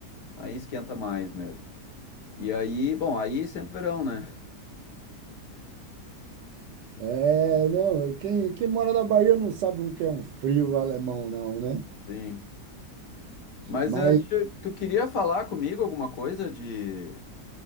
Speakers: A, on the left; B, on the right.
A: aí esquenta mais mesmo. E aí, bom, aí sempre verão, né? <laughs>
B: É, não, é, quem, quem mora na Bahia não sabe o que é um frio alemão, não, né?
A: Sim. Mas
B: Mas,
A: eh, te- tu queria falar comigo alguma coisa de...